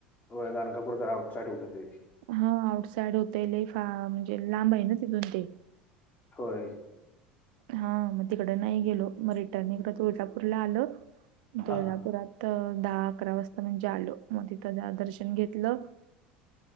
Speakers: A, on the left; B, on the right.
A: हो गाणगापूर जरा आउट साईड होतय
B: हा आउटसाईड होतय लय फार म्हणजे लांब आहे ना तिथून ते.
A: होय.
B: हा मग तिकडे नाही गेलो मग रिटर्न इकडं तुळजापूरला आलं. तुळजापुरात.
A: हा हा.
B: दहा अकरा वाजता म्हणजे आलो मग तिथं दर्शन घेतलं.